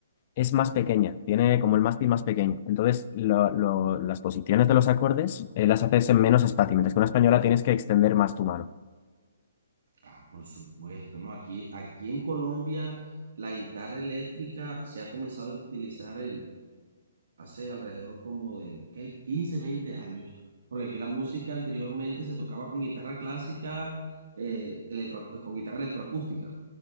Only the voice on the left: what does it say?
es más pequeña, tiene como el mástil más pequeño. Entonces, lo- lo- las posiciones de los acordes eh, las haces en menos espacio, mientras que una española tienes que extender más tu mano.